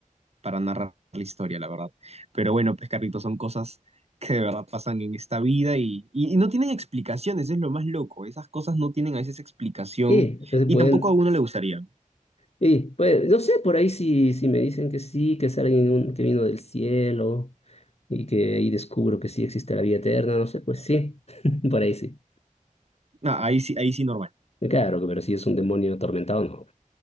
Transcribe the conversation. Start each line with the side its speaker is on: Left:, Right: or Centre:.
Right: para narrar la historia, la verdad. Pero bueno, pues Carlitos, son cosas que de verdad pasan en esta vida y, y, y no tienen explicaciones, es lo más loco. Esas cosas no tienen a veces explicación
Left: Y se
Right: y
Left: pueden,
Right: tampoco a uno le gustaría.
Left: Y pues, no sé, por ahí si, si me dicen que sí, que es alguien un- que vino del cielo y que ahí descubro que sí existe la vida eterna, no sé, pues sí, <laughs> por ahí sí.
Right: Ah, ahí sí, ahí sí normal.
Left: Claro, pero si es un demonio atormentado, no.